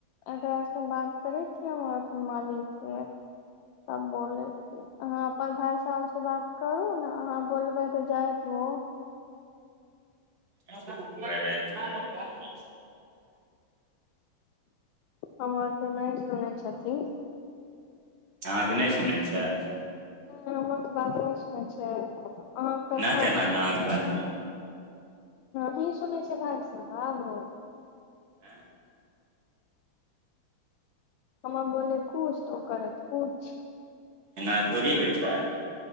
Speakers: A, on the left (about 75°); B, on the right (about 50°).
A: एकर से बात करे छी हम अपन मालिक के त बोले छी अहाँ अपन भाय साहब से बात करू ने अहाँ बोलबै तऽ जाइत ओ
B: <unintelligible>
A: हमर तऽ नहि सुनै छथिन
B: अहाँके नहि सुनै छै
A: ह हमर तऽ बात ने सुने छै कहब
B: नहि करना जाँके बात
A: ही सुनै छै भाय साहब हो
B: आँ
A: हमे बोले कूछ उ करैत कुछ
B: एना थोड़ होइ छै